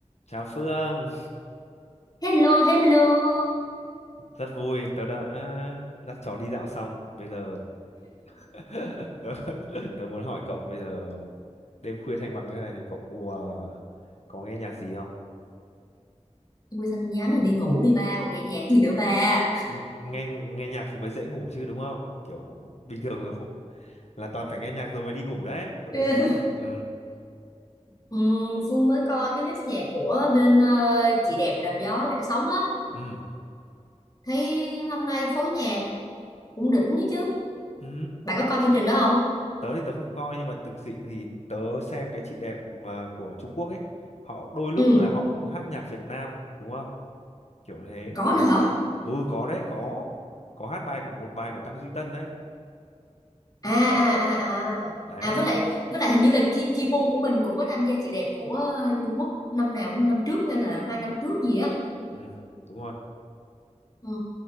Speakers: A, on the left; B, on the left.
A: Chào Phương,
B: Hello, hello.
A: rất vui. Tớ đã dắt chó đi dạo xong. Bây giờ <laughs> tớ, tớ muốn hỏi cậu bây giờ đêm khuya thanh vắng thế này thì cậu ờ, có nghe nhạc gì không?
B: Quê xanh nhắn thì đi ngủ đi ba, còn nghe nhạc gì nữa ba.
A: Đi nghe nghe nhạc thì mới dễ ngủ chứ đúng không? Kiểu bình thường là, hộ- là toàn phải nghe nhạc rồi mới đi ngủ đấy, kiểu
B: <laughs>
A: như thế đấy. Ừ.
B: Ừm, Phương mới coi cái list nhạc của bên ờ, chị đẹp đạp gió để sống á.
A: Ừ.
B: Thấy năm nay phối nhạc cũng đỉnh chứ chứ.
A: Ừ.
B: Bạn có coi chương trình đó không?
A: Tớ thì tớ không coi nhưng mà thực sự thì tớ xem cái chị đẹp mà của Trung Quốc ấy, họ đôi lúc
B: Ừ,
A: là họ cũng hát nhạc Việt Nam đúng không? Kiểu thế.
B: có
A: Thế
B: nữa
A: là
B: hả?
A: ừ có đấy có có hát bài của một bài của Tăng Duy Tân đấy
B: À à à à.
A: đấy
B: À với
A: thế
B: lại với lại hình như là chi chi pu của mình cũng có tham gia chị đẹp của Trung Quốc năm nào năm trước hay là hai năm trước gì á.
A: ừ, đúng rồi
B: Ừ.